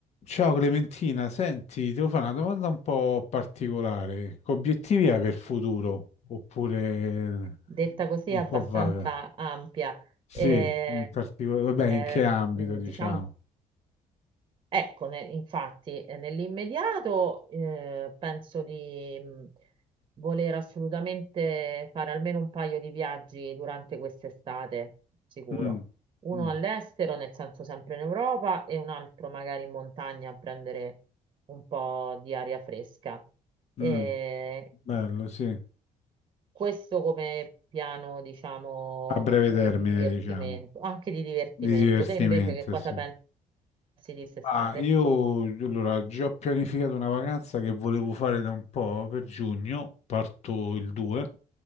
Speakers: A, on the left; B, on the right.
A: Ciao Clementina, senti, ti devo fare una domanda un po' particolare. Che obiettivi hai per il futuro? Oppure
B: detta così
A: un
B: è abbastanza
A: po' vaga?
B: ampia.
A: Sì,
B: Eh,
A: in particolare, vabbè,
B: eh,
A: in che ambito,
B: mh,
A: diciamo?
B: diciamo, ecco, ne- infatti, eh, nell'immediato eh, penso di mh, voler assolutamente fare almeno un paio di viaggi durante quest'estate, sicuro.
A: Mm,
B: Uno
A: mm,
B: all'estero, nel senso sempre in Europa, e un altro magari in montagna a prendere un po' di aria fresca. Eh,
A: mm, bello, sì. A
B: questo come piano, diciamo,
A: breve termine,
B: eh, di divertimento,
A: diciamo,
B: anche di divertimento.
A: di divertimento,
B: Te invece che cosa
A: sì.
B: pensi di quest'estate?
A: Ah, io allora già ho pianificato una vacanza che volevo fare da un po' per giugno, parto il 2